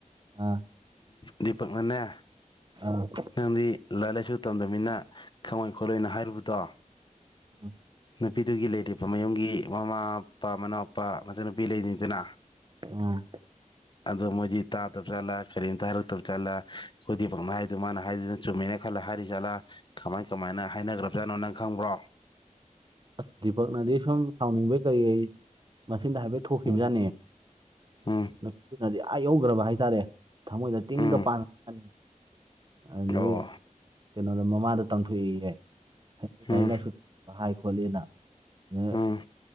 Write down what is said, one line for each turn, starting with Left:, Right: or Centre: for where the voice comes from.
Right: ꯑ
Left: ꯗꯤꯄꯛꯅꯅꯦ
Right: ꯑ
Left: ꯅꯪꯗꯤ ꯂꯥꯏꯔꯤꯛ ꯂꯥꯏꯁꯨ ꯇꯝꯗꯅꯤꯅ ꯈꯪꯉꯣꯏ ꯈꯣꯠꯂꯣꯏꯅ ꯍꯥꯏꯔꯨꯕꯗꯣ
Right: ꯎꯝ
Left: ꯅꯨꯄꯤꯗꯨꯒꯤ ꯂꯩꯔꯤꯕ ꯃꯌꯨꯝꯒꯤ ꯃꯃꯥ ꯃꯄꯥ ꯃꯅꯥꯎꯄꯥ ꯃꯆꯟꯅꯨꯄꯤ ꯂꯩꯅꯤꯗꯅ
Right: ꯎꯝ
Left: ꯑꯗꯣ ꯃꯣꯏꯗꯤ ꯇꯥ ꯇꯞ ꯆꯥꯠꯂꯥ ꯀꯔꯤꯝꯇ ꯍꯥꯏꯔꯛꯇꯞ ꯆꯥꯠꯂꯥ ꯑꯩꯈꯣꯏ ꯗꯥꯄꯛ ꯍꯥꯏꯗꯨ ꯃꯥꯅ ꯍꯥꯏꯗꯨꯅ ꯆꯨꯝꯃꯦꯅ ꯈꯜꯂ ꯍꯥꯏꯔꯤ ꯆꯠꯂꯥ ꯀꯃꯥꯏ ꯀꯃꯥꯏꯅ ꯍꯥꯏꯅꯈ꯭ꯔꯕꯖꯥꯠꯅꯣ ꯅꯪ ꯈꯪꯕ꯭ꯔꯣ
Right: ꯑꯁ ꯗꯤꯄꯛꯅꯗꯤ ꯁꯨꯝ ꯁꯥꯎꯅꯤꯡꯕꯩ ꯀꯔꯤꯩ ꯃꯁꯤꯡꯗ ꯍꯥꯏꯐꯦꯠ ꯊꯣꯛꯈꯤꯕꯖꯥꯠꯅꯦ
Left: ꯎꯝ ꯎꯝ
Right: ꯅꯨꯄꯤꯗꯨꯅꯗꯤ ꯑꯥ ꯌꯧꯈ꯭ꯔꯕ ꯍꯥꯏꯇꯥꯔꯦ ꯊꯃꯣꯏꯗ ꯇꯤꯡꯒ
Left: ꯎꯝ
Right: ꯄꯥꯟꯈꯅꯤ ꯑꯗꯨꯗꯒꯤ
Left: ꯑꯣ
Right: ꯀꯩꯅꯣꯗ ꯃꯃꯥꯗ ꯇꯝꯊꯣꯛꯏꯌꯦ ꯑꯩꯕꯨ
Left: ꯎꯝ
Right: ꯂꯥꯏꯔꯤꯛ ꯂꯥꯏꯁꯨ ꯍꯥꯏ ꯈꯣꯠꯂꯤꯅ ꯑ
Left: ꯎꯝ